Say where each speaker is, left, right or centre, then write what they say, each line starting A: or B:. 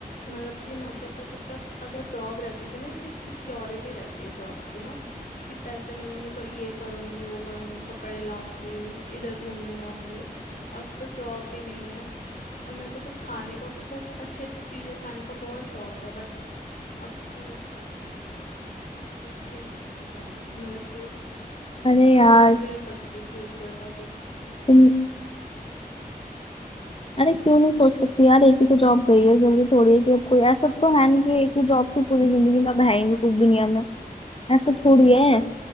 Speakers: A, on the left; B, on the left.
A: मतलब कि मैं पता कितना अगर जॉब रहती थी ना कि सिक्योरिटी रहती है जॉब की ना कि पैसे मिलेंगे तो ये करूंगी वो करूंगी कपड़े लाऊंगी इधर घूमने जाऊंगी अब तो जॉब भी नहीं है और मेरे को तो खाने का खूब अच्छी अच्छी चीजें खाने का बहुत शौक है बट अब तो कुछ भी नहीं है खाने मतलब कि
B: अरे यार
A: सोच भी नहीं सकती फ्यूचर का कुछ
B: तुम अरे क्यों नहीं सोच सकती यार एक ही तो जॉब गई है जरूरी थोड़ी है कि अब कोई ऐसा तो है नहीं कि एक ही जॉब की पूरी जिंदगी में अब है ही नहीं कुछ दुनिया में ऐसा थोड़ी है